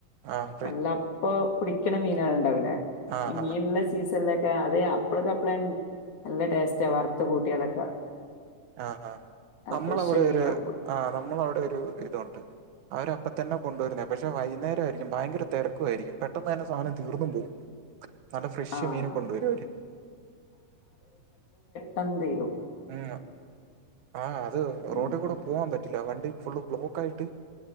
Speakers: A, on the right (about 65°); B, on the left (about 65°).
A: ആ ഫ്രി-
B: എല്ലാപ്പൊ കുടിക്കണ മീന ആൾ ഉണ്ടാവില്ലേ
A: ആഹാ
B: ഇ മീൻല്ല സീസല്ല അത് അപ്പളക്കപ്പള നല്ല ടേസ്റ്റാ വറുത്ത കൂട്ടിയാലൊക്കെ
A: ആഹഹ നമ്മള
B: ഫ്രഷ്
A: അവിടെ
B: മീനാവുമ്പോ
A: ഒരു ആ് നമ്മള അവിടെ ഒരു ഇതുണ്ട് അവരപ്പ തന്നെ കൊണ്ടുവരുന്നേ പക്ഷെ വൈകുന്നേരം ആയിരിക്കും ഭയങ്കര തിരക്കു ആയിരിക്കും പെട്ടെന്ന് തന്നെ സാധനം തീർന്നു പോകും നല്ല ഫ്രഷ
B: ആഹ്
A: മീന കൊണ്ടുവരുവര്
B: തന്ന ഇരു
A: ഉ ആഹ അത് റോട്ടിൽ
B: ഉം
A: കൂടെ പോവാൻ പറ്റും വണ്ടി ഫുള് ബ്ലോക്ക് ആയിട്ട്